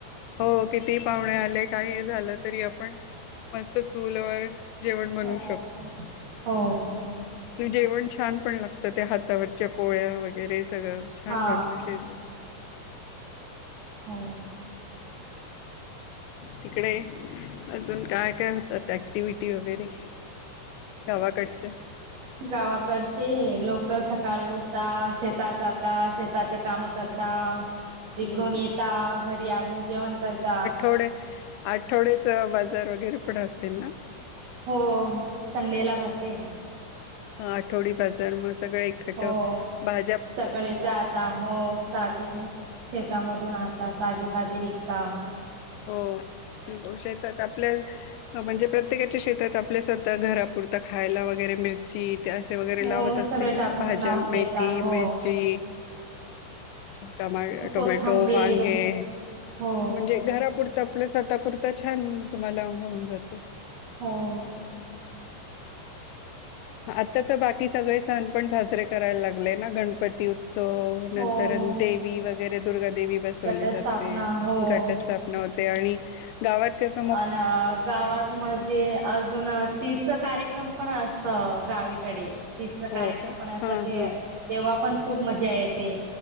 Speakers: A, on the left; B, on the right.
A: हो कितीही पाहुणे आले काही झालं तरी आपण..... मस्त चूलवर जेवण बनवू
B: हो
A: शकतो...
B: हो
A: जेवण छान पण लागत त्या हातावरच्या पोळ्या वगैरे सगळं छान
B: हा
A: बनलं शिजलं.......
B: हो.....
A: तिकडे अजून काय काय होतात ऍक्टिव्हटी वगैरे..... गावाकडचे...
B: गावाकडचे लवकर सकाळी उठतात शेतात जातात शेताचे काम....... करता तिकडून
A: हम्म
B: येता घरी अजून जेवण करता.....
A: थोडे.... आठवड्याच बाजार वगैरे पण असेल ना......
B: हो संडे ला भरतेय.....
A: हा आठवडी बाजार मग सगळं एकट
B: हो
A: बाकी.....
B: सगळे जाता हो ताजे..... शेतामधून आणताात ताजे ताजे विकता.....
A: हो शेतात आपल्या..... म्हणजे प्रत्येकाच्या शेतात आपल्या स्वतः घरापुरता खायला वगैरे मिळत.... बीट असे वगैरे
B: हो
A: लावत असतील
B: सगळे टाकून
A: ना भाज्या
B: लावून देता
A: मेथी
B: हो
A: मिरची टोमॅटो
B: कोथंबीर
A: वांगे....
B: हो
A: म्हणजे घरापुरत आपलं स्वतःपुरत छान तुम्हाला होऊन जात...
B: हो....
A: आता तर बाकी सगळे सण पण साजरे करायला लागलेय ना गणपती उत्सव.. नंतर
B: हो
A: देवी वगैरे दुर्गा देेवी बसवली
B: घटस्थापना
A: जाते....
B: हो
A: स्थापना होते आणि गावात कस....
B: अन गावात म्हणजे... अजून तिच कार्यक्रम पण असत गावीकडे.... ति कार्यक्रम
A: हो का
B: पण असत
A: हा
B: ते
A: हा
B: तेव्हा पण खूप मजा येते